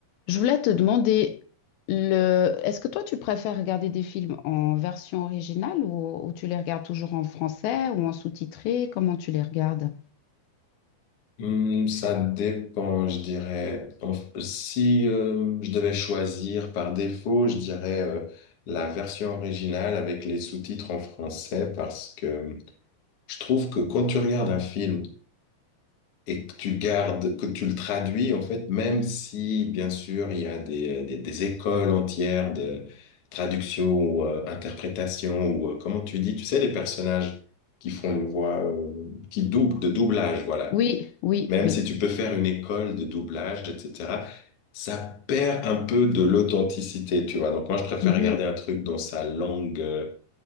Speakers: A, on the left; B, on the left.
A: Je voulais te demander, le... est-ce que toi tu préfères regarder des films en version originale ou, ou tu les regardes toujours en français ou en sous-titré? Comment tu les regardes?
B: Hmm, ça dépend, je dirais. En f- si euh, je devais choisir par défaut, je dirais euh, la version originale avec les sous-titres en français parce que je trouve que quand tu regardes un film et que tu gardes, que tu le traduis, en fait, même si, bien sûr, il y a des, euh, des, des écoles entières de traduction ou euh, interprétation ou euh, comment tu dis, tu sais, les personnages qui font les voix, euh, qui doublent, de doublage, voilà.
A: Oui, oui,
B: Même
A: oui.
B: si tu peux faire une école de doublage, etc., ça perd un peu de l'authenticité, tu vois. Donc moi, je préfère
A: Mhm.
B: regarder un truc dans sa langue euh,